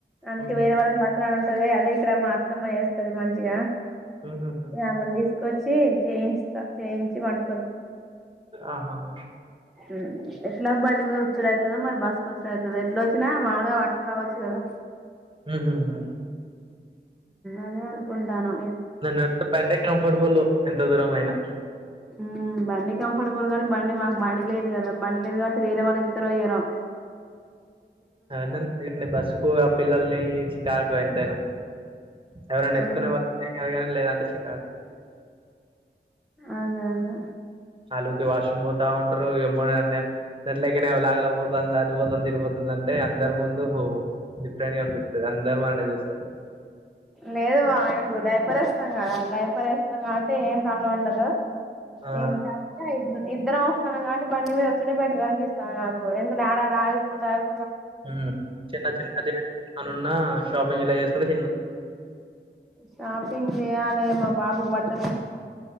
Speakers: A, in the centre; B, on the right.
A: అనక
B: మ్మ్.
A: వేరే వాళ్ళం బ అట్లా ఉంటది అదే ఇక్కడ మా అత్తమ్మ చేస్తది మంచిగా
B: మ్మ్.
A: రాగులు తీసుకొచ్చి చేయిస్త చేయించి వండు
B: ఆహాహా
A: హుమ్మ్ ఎట్లా బండి మీద వచ్చుడనీ ద మరి బస్ వచ్చుడవుతది ఎట్లోచ్చినా మాగై పట్టుకురావచ్చు కదా
B: మ్మ్.
A: అదే అనుకుంట్టన్న
B: నన్నడిగితే బండె కంఫర్టబుల్ ఎంత దూరం అయినా
A: హుమ్మ్ బండి కంఫర్టబుల్ గానీ బండి మాకు బండి లేదు కదా బండి లేదు కాబట్టి వేరే వాళ్ళు ఇతర్రో ఇయ్యారో
B: నన్ను నాన్ బస్సుకు ఆ పిల్లలని చికాకు ఎంతైనా ఎవరైనా ఎత్తుకునే
A: ఆ
B: వాళ్ళు ఉంటే ఏం కాదు గానీ లేదంటే చిక్ చికాకు
A: అదే అదే
B: ఆలు ఊకె వాష్రూమ్ పోతా ఉంటారు ఏమో అండి ఎట్లకేనా లాగుల పోత్ పోతుంది అటుపోతుంది తటుపోతుంది అంటే అందరు ముందు హో డిఫరెంట్ గా అనిపిస్తది అందరు మనల్నే చూస్తారు
A: లేదు మా ఆయనకు డైపర్ వేస్తాం కదా డైపర్ వేస్తాం కాబట్టి ఏం ప్రాబ్లం ఉండదు
B: ఆ
A: ఇంకా ఇ ఇద్దరు ఎస్తాం కడ కాబట్టి బండి మీద వచ్చుడే బెటర్ అనిపిస్తాది నాకు ఎందుకంటే ఆడాడ అగుకుంట అగుకుంట
B: హుమ్మ్ చిన్న చిన్న ఏమైనా ఉన్నా షాపింగ్ ఇలా చేసుకుని
A: షాపింగ్ చేయాలి మాబాబ్ బాబుకి బట్